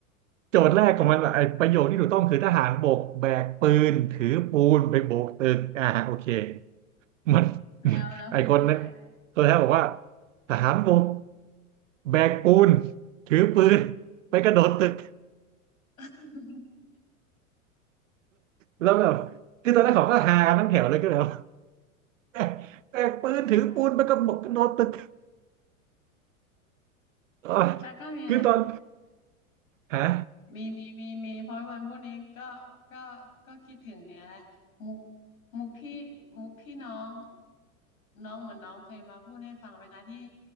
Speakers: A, on the right; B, on the left.
A: โจทย์แรกของมันอะไอ้ประโยคที่ถูกต้องคือทหารบกแบกปืนถือปูนไปโบกตึกอ่าโอเค มัน
B: แล้วแล้วคนสุดท้าย
A: <laughs> ไอคนนั้นตัวแทนบอกว่าทหารบกแบกปูนถือปืนไปกระโดดตึก
B: <laughs>
A: แล้วแบบคือตอนนั้นเขาก็ฮากันทั้งแถวเลยก็เลยแบบแบก <laughs> แบกปืนถือปูนไปกระโดดกระโดดตึก
B: ใช่
A: อ๋อ
B: แล้วก็มีอะไร
A: คือตอนฮะ
B: มีมีมีมีเพราะวันพวกนี้ก็ก็ก็คิดถึงไงอะไรมุกมุกที่มุกที่น้องน้องเหมือนน้องเคยมาพูดให้ฟังไหมคะที่